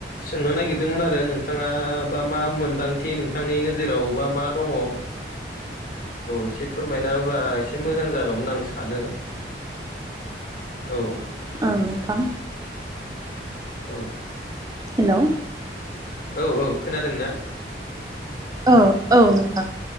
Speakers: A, on the left; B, on the right.
A: सोंनो नागिरदोंमोन आरो नोंथांङा बा मा मोनदांथि नोंथां बिथांनि नोजोराव बा मा दङ औ एसे फोरमायना होबा एसे मोजां जागौमोन आं सानो औ
B: ओं नोंथां
A: औ
B: हेलौ
A: औ औ खोनादोंना
B: औ औ नोंथां